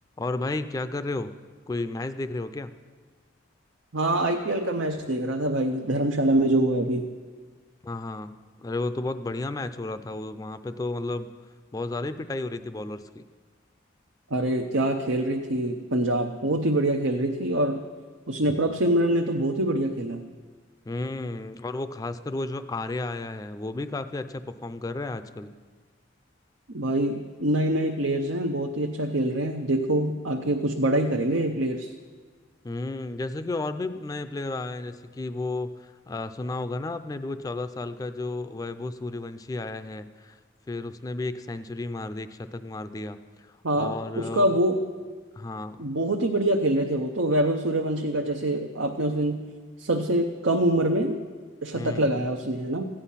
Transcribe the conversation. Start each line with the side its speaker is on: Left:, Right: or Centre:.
Left: और भाई क्या कर रहे हो कोई मैच देख रहे हो क्या
Right: हाँ आईपीएल का मैच देख रहा था भाई धर्मशाला में जो हुआ अभी
Left: हाँ हाँ अरे वो तो बहुत बढ़िया मैच हो रहा था वो वहां पे तो मतलब बहुत ज्यादा ही पिटाई हो रही थी बॉलर्स की
Right: अरे क्या खेल रही थी पंजाब बहुत ही बढ़िया खेल रही थी और उसने प्रभ सिमरन ने तो बहुत ही बढ़िया खेला
Left: हम्म और वो खासकर वो जो आर्या आया है वो भी काफी अच्छा परफॉर्म कर रहा है आजकल
Right: भाई नए नए प्लेयर्स हैं बहुत ही अच्छा खेल रहे हैं देखो आगे कुछ बड़ा ही करेंगे ये प्लेयर्स
Left: हम्म जैसे कि और भी नए प्लेयर आए हैं जैसे कि वो अ, सुना होगा ना आपने भी वो चौदह साल का जो वैभव सूर्यवंशी आया है फिर उसने भी एक सेंचुरी मार दी एक शतक मार दिया
Right: हाँ
Left: और अ,
Right: उसका वो
Left: हाँ
Right: बहुत ही बढ़िया खेल रहे थे वो तो वैभव सूर्यवंशी का जैसे आपने उस दिन सबसे कम उम्र में शतक
Left: हम्म
Right: लगाया उसने है ना